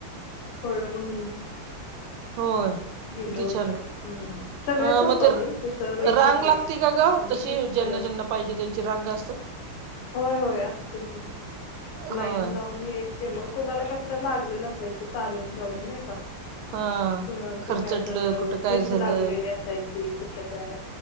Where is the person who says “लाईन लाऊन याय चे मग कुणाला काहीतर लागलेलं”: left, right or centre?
Left